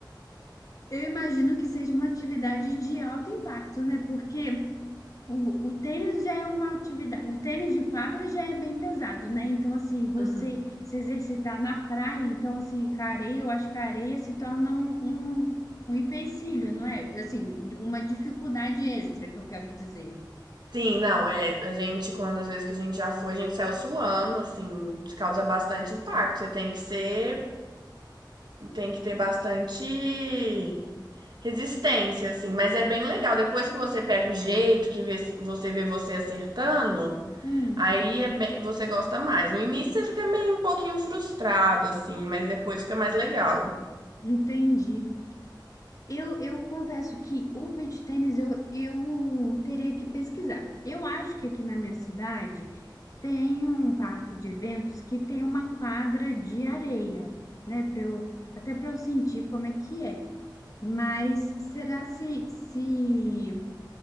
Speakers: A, on the left (about 45°); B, on the right (about 60°).
A: eu imagino que seja uma atividade de alto impacto, né? Porque o, o tênis já é uma atividade, o tênis de quadra já é bem pesado, né? Então, assim, você
B: Uhum.
A: se exercitar na praia, então, assim, com a areia, eu acho que a areia se torna um, um, um empecilho, não é? Assim, uma dificuldade extra que eu quero dizer.
B: Sim, não, é, a gente quando às vezes que a gente já foi, a gente saiu suando, assim, isso causa bastante impacto. Você tem que ser, tem que ter bastante resistência assim, mas é bem legal. Depois que você pega o jeito, que vê- você vê você acertando,
A: Hum,
B: Aí é bem- você gosta mais. No início você fica meio um pouquinho frustrado, assim, mas depois fica mais legal.
A: entendi. Eu, eu confesso que o beach tênis eu, eu teria que pesquisar. Eu acho que aqui na minha cidade tem um parque de eventos que tem uma quadra de areia, né? Para eu, até para eu sentir como é que é. Mas será se, se,